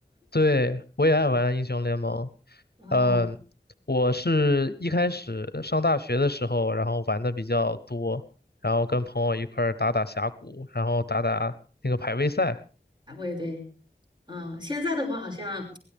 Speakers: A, on the left; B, on the right.
A: 对，我也爱玩英雄联盟。
B: 啊
A: 嗯，我是一开始上大学的时候，然后玩的比较多，然后跟朋友一块儿打打峡谷，然后打打那个排位赛。
B: 啊，我也对。嗯，现在的话好像